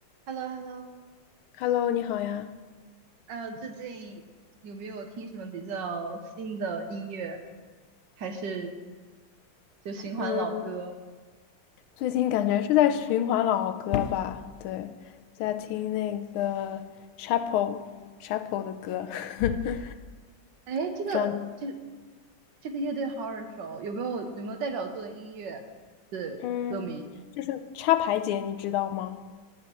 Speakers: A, on the right (about 65°); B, on the left (about 90°).
A: h e l l o h e l l o
B: Hello，你好呀。
A: 呃，最近有没有听什么比较新的音乐，还是就循环老歌？
B: 嗯，最近感觉是在循环老歌吧？对，在听那个 c h a p e l c h a p e l 的歌，<laughs>
A: 哎，这个这
B: 不知道你，
A: 这个乐队好耳熟，有没有有没有代表作的音乐的歌名？
B: 嗯，就是插排姐，你知道吗？